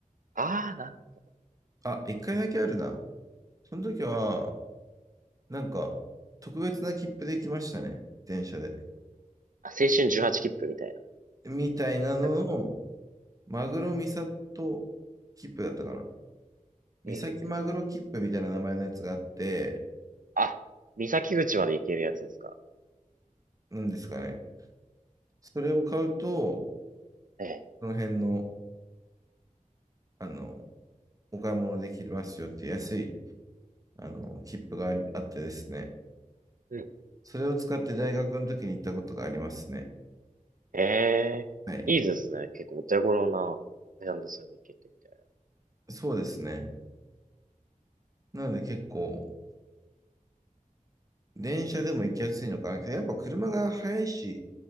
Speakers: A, on the right (about 70°); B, on the right (about 25°).
A: ああ、なるほど
B: あ、一回だけあるな。その時は、なんか、特別な切符で来ましたね。電車で。
A: あ、青春18切符みたいな。
B: みたいなのを、
A: えっと
B: マグロミサト切符だったかな。三崎マグロ切符みたいな名前のやつがあって、
A: ええええあ、三崎口まで行けるやつですか。
B: なんですかね。それを買うと、
A: ええ。
B: その辺の、あの、お買い物できますよっていう安い、あの、切符がありあってですね。
A: うん。
B: それを使って大学の時に行ったことがありますね。
A: ええ、
B: はい。
A: いいですね。結構お手頃な値段でそれも行けてみたい
B: そうですね。なので結構、電車でも行きやすいのかな。やっぱ車が早いし、